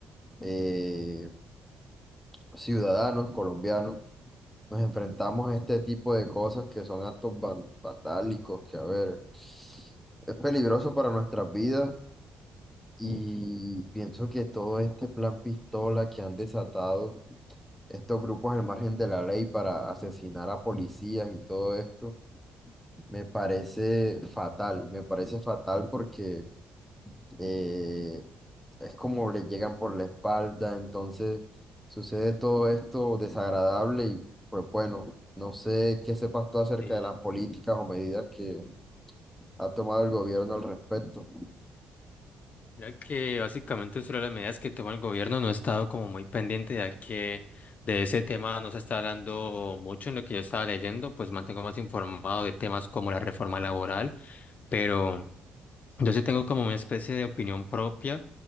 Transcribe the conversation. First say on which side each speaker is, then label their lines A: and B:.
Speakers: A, in the centre; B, on the left.
A: eh, ciudadanos colombianos, nos enfrentamos a este tipo de cosas que son actos van- vandálicos, que a ver, es peligroso para nuestras vidas y pienso que todo este plan pistola que han desatado estos grupos al margen de la ley para asesinar a policías y todo esto, me parece fatal, me parece fatal porque... eh, es como le llegan por la espalda, entonces sucede todo esto desagradable y pues bueno, no sé qué sepas tú acerca
B: Sí.
A: de las políticas o medidas que ha tomado el gobierno al respecto.
B: Mira que básicamente sobre las medidas que toma el gobierno no he estado como muy pendiente ya que de ese tema no se está hablando mucho en lo que yo estaba leyendo, pues mantengo más informado de temas como la reforma laboral, pero... Yo sí tengo como una especie de opinión propia